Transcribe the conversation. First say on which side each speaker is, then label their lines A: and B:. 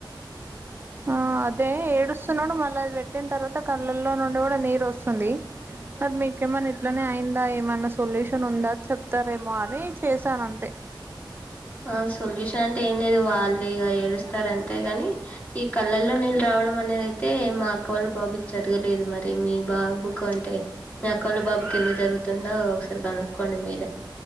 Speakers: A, on the right; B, on the left.
A: ఆ అదే ఏడుస్తున్నడు మళ్ళ ఆది పెట్టిన తర్వాత కళ్ళల్లో నుండి కూడా నీరు వస్తుంది మరి మీకేమ ఇట్లోనే అయిందా ఏమన్నా సొల్యూషన్ ఉందా చెప్తారేమో అని చేశాను అంతే
B: ఆ సొల్యూషన్ ఆంటే లేదు వాళ్ళు ఇక ఏడుస్తారు అంతే గాని ఈ కళ్ళల్లో నీళ్ళు రావడం అనేది అయితే మా అక్క వాళ్ళ బాబుకి జరగలేదు మరి అదే మీ బాబుకుంటే మీ అక్కవాళ్ళ బాబుకి ఎందుకు జరుగుతుందో ఒకసారి కనుక్కోండి మీరే